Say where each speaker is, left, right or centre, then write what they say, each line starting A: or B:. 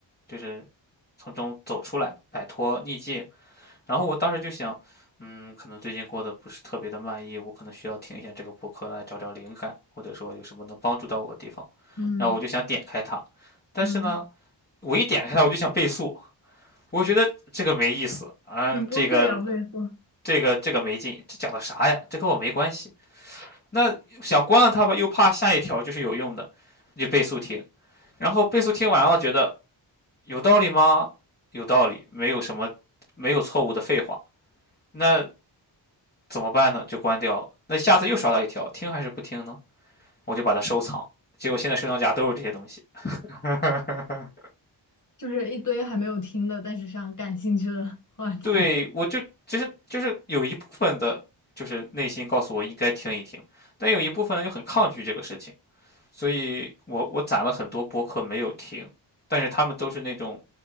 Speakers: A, on the left; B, on the left.
A: 就是从中走出来，摆脱逆境。然后我当时就想，嗯，可能最近过得不是特别的满意，我可能需要听一下这个播客来找找灵感，或者说有什么能帮助到我的地方。
B: 嗯
A: 然后我就想点开它，但是呢，
B: 嗯，
A: 我一点开它我就想倍速。我觉得这个没意思，嗯，
B: 你播客也要备货，
A: 这个这个这个没劲，这讲的啥呀？这跟我没关系。那想关了它吧，又怕下一条就是有用的，你就倍速听，然后倍速听完了，觉得有道理吗？有道理，没有什么没有错误的废话。那怎么办呢？就关掉了。那下次又刷到一条，听还是不听呢？我就把它收藏。结果现在收藏夹都是这些东西。<laughs>
B: 就是一堆还没有听的，但是想感兴趣的话题。
A: 对，我就其实就是有一部分的，就是内心告诉我应该听一听，但有一部分呢就很抗拒这个事情，所以我我攒了很多播客没有听，但是他们都是那种